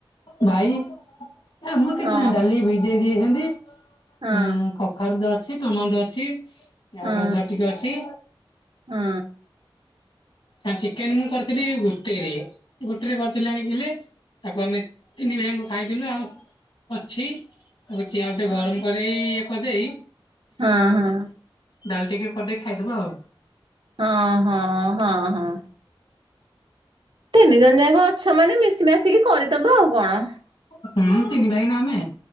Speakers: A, on the left; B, on the right.
A: ଭାଇ ଆମର କିଛି
B: ହଁ
A: ନାହି ଡାଲି ଭିଜେଇ ଦେଇିଛନ୍ତି।
B: ହଁ
A: ଉଁ କଖାରୁ ଯା ଅଛି ଟମାଟ ଅଛି। ଆଉ
B: ହଁ
A: ଗାଜର ଟିକେ ଅଛି।
B: ହଁ
A: କ ଚିକେନ ମୁଁ କରିଥିଲି ଗୋଟେରେ ଗୋଟିରେ କରିଥିଲି ଆଣିକି ତାକୁ ଆମେ ତିନି ଭାଇଙ୍କୁ ଖାଇଥିଲୁ ଆଉ ଅଛି। ତାକୁ ଦେଖିବା ଆଉ ଟିକେ
B: ହଁ
A: ଗରମ କରି ଇଏ କରିଦେଇ
B: ହଁ ହଁ।
A: ଡାଲ ଟିକେ କରିଦେଇ ଖାଇଦବା ଆଉ।
B: ହଁ ହଁ ହଁ ହଁ। ତିନି ଜଣ ଯାକ ଅଛ ମାନେ ମିଶି ମାସିକି କରିଦବ ଆଉ କଣ।
A: ହୁଁ ତିନି ଭାଇ ନା ଆମେ।